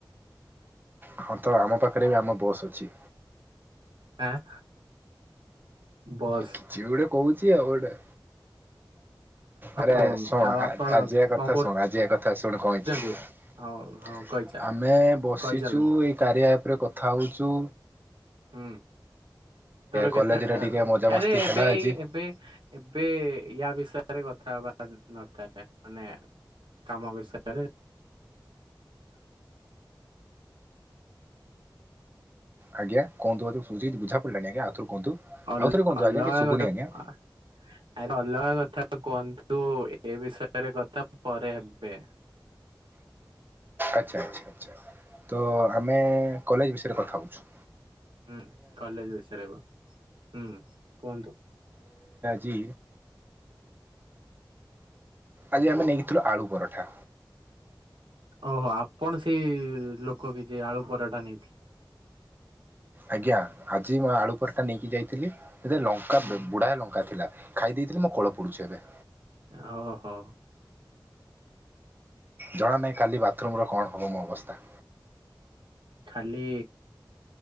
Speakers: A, on the right (about 25°); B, on the right (about 85°).
A: ହଁ ତ ଆମ ପାଖରେ ବି ଆମ ବସ୍ ଅଛି।
B: ଆଁ ବସ୍।
A: କିଛି ଗୋଟେ କହୁଛି ଆଉ ଗୋଟେ। ଆରେ
B: ଆଉ
A: ଶୁଣ
B: ଆପଣ
A: ଆଜି ଏକ
B: କଣ
A: କଥା ଶୁଣ ଆଜି ଏକ କଥା ଶୁଣ କହୁଛି
B: କରୁଛନ୍ତି? ହଉ ହଁ କହିଚାଲ
A: ଆମେ ବସିଛୁ
B: କହିଚାଲନ୍ତୁ
A: ଏଇ କାରିଆ ଆପରେ କ ଖାଉଚୁ।
B: ହୁଁ ତୋର
A: କଲେଜରେ
B: କେତେ
A: ଟିକେ ମଜାମସ୍ତି
B: ଆରେ ଏବେଇ
A: ହେଲା ଆଜି।
B: ଏବେ ଏବେ ୟା ବି ବିଷୟରେ କଥା ହବାର ନଥାଏ ମାନେ କାମ ବିଷୟରେ
A: ଆଜ୍ଞାୁ କଣ ତୁମ ଆଡୁ ଶୁଭୁଚି ଚା ପିଲେଣି ଆଜ୍ଞା। ଆଉଥରେ କୁହନ୍ତୁ।
B: ଅ
A: ଆଉଥରେ କୁହନ୍ତୁ
B: ଅଲଗା
A: ଆଜ୍ଞା କିଛି ଶୁଭୁନି
B: କଥା
A: ଆଜ୍ଞା।
B: ଆ ଅଲଗା କଥା, କୁହନ୍ତୁ ଏ ବିଷୟରେ କଥା ପରେ ହେବେ।
A: ଆଚ୍ଛା ଆଚ୍ଛା ଆଚ୍ଛା ତ ଆମେ କଲେଜ ବିଷୟରେ କଥା ହେଉଛୁ।
B: ହୁଁ କଲେଜ ବିଷୟରେ ବା ହୁଁ କୁହନ୍ତୁ।
A: ଜି। ଆଜି ଆମେ ନେଇକିଥିଲୁ ଆଳୁ ପରଠା।
B: ଓହୋ ଆପଣ ସେଇ ଲୋକ କି ଯେ ଆଳୁ ପରଠା ନେଇଥିଲେ।
A: ଆଜ୍ଞା ଆଜି ମୁଁ ଆଳୁ ପରଟା ନେଇକି ଯାଇଥିଲି। ଏତେ ଲଙ୍କା
B: ହୁଁ
A: ବୁଢା ଲଙ୍କା ଥିଲା। ଖାଇ ଦେଇେଇଥିଲି ମୋ କଳ ପୋଡୁଛି ଏବେ।
B: ହଉ ହୋ।
A: ଜଣା ନାହିଁ କାଲି ବାଥରୁମର କଣ ହବ ମୋ ଅବସ୍ଥା।
B: ଖାଲି।